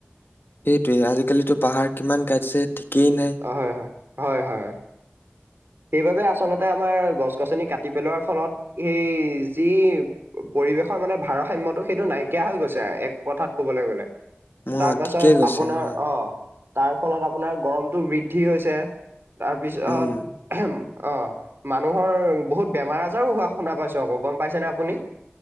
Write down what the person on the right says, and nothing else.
হয় হয় হয় হয়। সেইবাবে আচলতে আমাৰ গছ গছনি কাটি পেলোৱাৰ ফলত সেই যি পৰিৱেশৰ মানে ভাৰসাম্যতটো সেইটো নাইকিয়া হৈ গৈছে এক প্ৰথাত কবলৈ গ'লে
তাৰ পাছত
আপোনাৰ
আহ তাৰ ফলত আপোনাৰ গৰমতটো বৃদ্ধি হৈছে তাৰ পিছত
অ মানুহৰ বহুত বেমাৰ আজাৰো হোৱা শুনা পাইছো আকৌ গম পাইছেনে আপুনি